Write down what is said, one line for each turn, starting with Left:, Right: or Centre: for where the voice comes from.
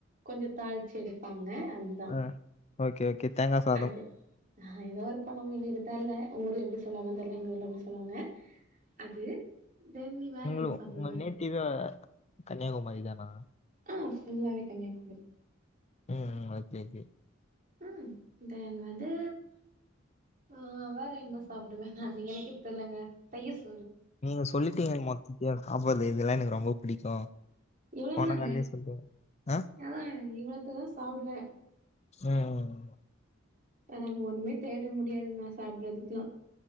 Right: கொஞ்சோ தாளிச்சு எடுப்பாங்க அதுதா
Left: ஆஹ ஓகே ஓகே தேங்கா சாதம்
Right: அது ஏதோ ஒரு கொழம்பு <unintelligible> உங்க ஊர்ல எப்டி சொல்லுவாங்க தெர்ல எங்க ஊர்ல இப்டி சொல்லுவாங்க அது தென் நீ வேற
Left: உங்
Right: என்ன சாப்டுவ
Left: உங்க நேட்டிவே கன்னியாகுமரி தானா
Right: ஆஹ் ஃபுல்லாவே கன்னியாகுமாரி
Left: ம் ஓகே ஓகே
Right: ம் தென் வந்து ஆஹ வேற சாப்டுவே நல் எனக்கு தெரியலங்க தயிர்ஸ்
Left: நீங்க சொல்லிட்டீங்க மொத்தத்தியு சாப்டறது இதெல்லா எனக்கு ரொம்ப பிடிக்கு
Right: இவ்ளோ
Left: போன
Right: தாங்க
Left: கால்லயே சொல்ட்டீங்க ஆ
Right: அதா இவ்ளோத்தையு சாப்டுவே
Left: ம்
Right: நாங்க ஒண்ணுமே தேட முடியாதுங்க சாப்டுறதுக்கெல்லா